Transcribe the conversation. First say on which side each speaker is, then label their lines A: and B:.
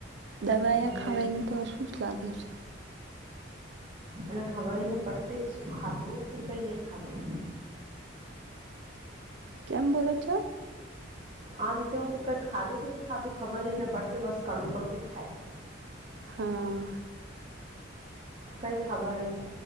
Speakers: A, on the right; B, on the right.
A: દવાયા
B: એટલે
A: ખાવાને <unintelligible> લાગી છ.
B: અને ખબર નહીં પ્રત્યેક શું ખાધું કે કઈ નહીં ખાધું.
A: કેમ બોલો છો?
B: આમ કેવું કે કંઈ ખાધું કે નહી ખાધું ખબર હી ન પડતી, બસ કડવું-કડવું થાય.
A: હા
B: કંઈ ખબર નહીં,